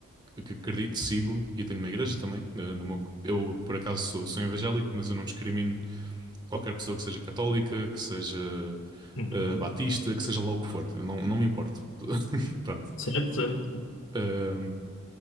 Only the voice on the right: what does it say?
que acredito, sigo e tenho uma igreja também. eh, no meu- eu, por acaso, sou, sou evangélico, mas eu não discrimino qualquer pessoa que seja católica, que seja
eh,
batista, que seja lá o que for. Eu não, não me importo. <laughs> Pronto.
Ahm,